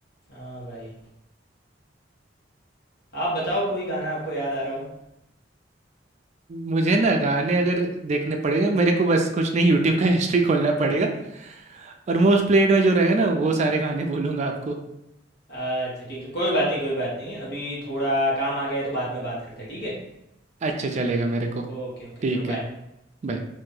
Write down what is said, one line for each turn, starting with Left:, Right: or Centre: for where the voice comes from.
Left: हाँ भाई आप बताओ कोई गाना आपको याद आ रहा हो
Right: मुझे ना गाने अगर देखने पड़ेंगे मेरे को बस कुछ नहीं यूट्यूब का हिस्ट्री खोलना पड़ेगा और मोस्ट प्लेड में जो रहेगा ना वो सारे गाने बोलूंगा आपको
Left: अच्छा ठीक है कोई बात नहीं कोई बात नहीं अभी थोड़ा काम आ गया है तो बाद में बात करते हैं ठीक है
Right: अच्छा चलेगा मेरे को
Left: ओके ओके
Right: ठीक
Left: चलो बाय
Right: है bye.